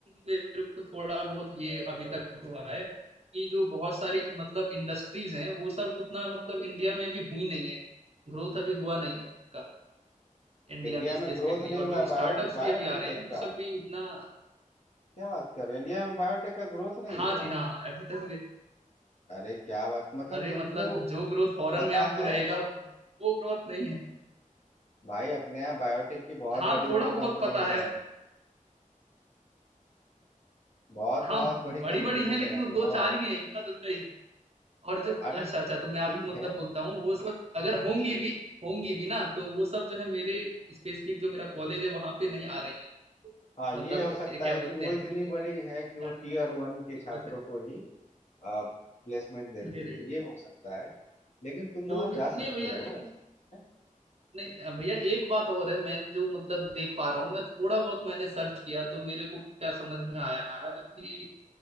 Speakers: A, on the right (about 50°); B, on the left (about 55°).
A: मेरे को थोड़ा बहुत ये अभी तक हुआ है कि जो बहुत सारी मतलब इंडस्ट्रीज हैं वो सब उतना मतलब इंडिया में भी हुई नहीं है ग्रोथ अभी हुआ नहीं है उनका इंडिया
B: इंडिया
A: में स्पेसिफिकली
B: में ग्रोथ नहीं
A: और
B: हुआ
A: जो
B: है बायो
A: स्टार्टअप्स
B: बायोटेक
A: भी अभी आ रहे हैं वो
B: का
A: सब भी उतना
B: क्या बात कर रहे हो इंडिया में बायोटेक का ग्रोथ नहीं
A: हाँ
B: हुआ
A: जी
B: है
A: हाँ हाँ, अभी तक भी
B: अरे क्या बात मतलब
A: अरे
B: तुमको
A: मतलब जो ग्रोथ फॉरेन
B: पता
A: में आपको
B: है
A: रहेगा वो ग्रोथ नहीं है
B: भाई अपने यहाँ बायोटेक की बहुत
A: हाँ
B: बड़ी बड़ी
A: थोड़ा बहुत
B: कंपनीज
A: पता है
B: हैं बहुत
A: हाँ
B: बहुत बड़ी
A: बड़ी
B: कंपनीज
A: बड़ी है लेकिन
B: हैं
A: वो
B: बहुत
A: दो चार ही है इक्का दुक्का ही है और जो अच्छा
B: अरे
A: अच्छा तो मैं आपको
B: ठीक
A: मतलब
B: है
A: बोलता हूँ वो सब अगर होंगी भी होंगी भी ना तो वो सब जो है मेरे स्पेसिफिक जो मेरा कॉलेज है वहां पे नहीं आ रही है
B: हाँ ये
A: मतलब
B: हो सकता
A: ये क्या
B: है
A: बोलते
B: कि वो
A: हैं
B: इतनी
A: हमको लेकर
B: बड़ी
A: के जाने
B: है कि वो टीयर
A: के लिए
B: वन
A: तो
B: के
A: दिक्कत
B: छात्रों
A: है
B: को ही प्लेसमेंट देती
A: ले रही
B: है
A: है
B: ये हो सकता है लेकिन तुम वहां
A: जो भी
B: जा सकते
A: नहीं भैया
B: हो
A: लेकिन
B: ऐसा है
A: नहीं भैया एक बात और है मैं जो मतलब देख पा रहा हूँ मैं थोड़ा बहुत मैंने सर्च किया तो मेरे को क्या समझ में आया कि